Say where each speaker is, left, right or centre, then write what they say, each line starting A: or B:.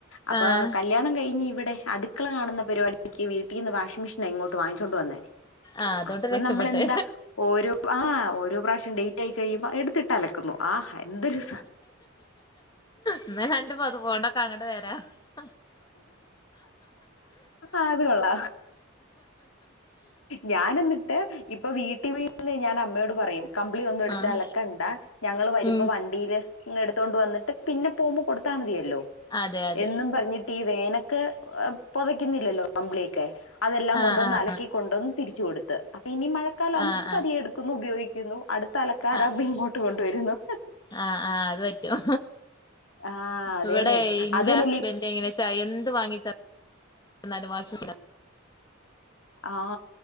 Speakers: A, on the left; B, on the left.
A: അപ്പൊ
B: ആഹ്
A: കല്യാണം കഴിഞ്ഞ് ഇവിടെ അ അടുക്കള കാണുന്ന പരിപാടിക്ക് വീട്ടിൽ നിന്ന് വാഷിംഗ മെഷീൻ അങ്ങോട്ട് വാങ്ങിച്ചോണ്ടണ്ട് വന്നേ
B: ആഹ് അതോണ്ട്
A: അപ്പം
B: രക്ഷപ്പെട്ട്
A: നമ്മളെന്താ ഓരോ ആ ഓരോ പ്രാവശ്യം ഡയ്- കഴുമ്പോൾ എടുത്തിട്ട അലക്കുന്നു എന്തൊരു
B: ഇന്നാരണ്ട് പൊതപ്പോണ്ടൊക്കങ്ങട്ട് വര് താ
A: അത് കോള്ളാ ഞാന്എന്നിട്ട് ഇപ്പൊ വീട്ടിവി ഇന്ന് ഞാൻ അമ്മയോട് പറയും കമ്പിളി ഒന്നും എട്ത്തലക്കണ്ടാ
B: ആഹ്
A: ഞങ്ങള് വരുമ്പോ
B: ഉം
A: വണ്ടീല് എടുത്തോണ്ട് വന്ന്ട്ട് പിന്നെ പോകുബോ കൊടുത്താ മതിയെ ല്ലോ
B: അതെ അതെ
A: എന്നും പറഞ്ഞി വേനക്ക് പൊതയ്ക്കുന്നില്ലല്ലോ കമ്പിളിയൊക്കെ അതെല്ലാം
B: ആഹ്
A: കൊണ്ട് വന്ന്
B: ആഹ്
A: അലക്കി കൊണ്ടുവന്ന് തിരിച്ച് കൊടു ത് ഇനി മഴക്കാല അമ്പ്
B: ആഹ്
A: പ്പതിയെടുക്കുന്നു
B: ആഹ്
A: ദിതി ക്കുന്നു അടുത്ത അലക്കാരമ്പ
B: ആഹ്
A: ഇങ്ങോട്ടു കൊ വരുന്നു
B: ആഹ് ആഹ് അത് പറ്റും
A: ആ അതേന്നെ
B: ഇവിടെ ഇന്റ
A: അതിനല്ലേ
B: ഹസ്ബൻഡ് ഇങ്ങനെ ചായ എന്ത് വാങ്ങിത ന്നാലും വാച്ചു
A: ആഹ്